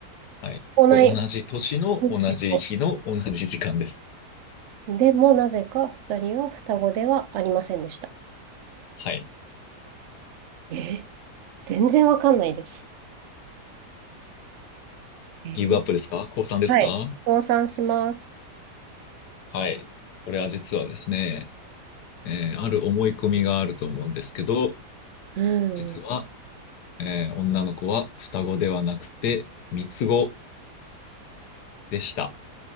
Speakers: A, on the left; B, on the right.
A: はい。
B: 同い
A: これ同じ年の同じ日の同じ時間です。
B: 年のでもなぜか2人は双子ではありませんでした。
A: はい。
B: えー全然わかんないです。えー
A: ギブアップですか降参ですか
B: はい。倒産します。
A: はい。これは実はですね、えーある思い込みがあると思うんですけど、
B: うん。
A: 実は、えー女の子は双子ではなくて三つ子でした。